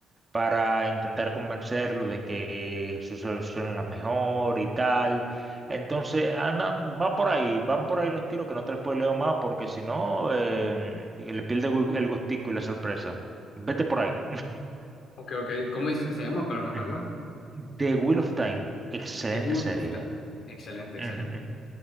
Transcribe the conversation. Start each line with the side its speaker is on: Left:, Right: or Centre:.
Right: para intentar convencerlo de que su solución es la mejor y tal. Entonces, andan, va por ahí, van por ahí los tiros que no te los spoileo más porque si no, eh, le pierde gu- el gustico y la sorpresa. Vete por ahí.
Left: Ok, ok. ¿Cómo dices que se llama para anotarla?
Right: Ujú. The Wheel of Time, excelente
Left: The Good
Right: serie,
Left: of Time.
Right: ¿eh?
Left: Excelente, excelente.
Right: Ujú, ujú.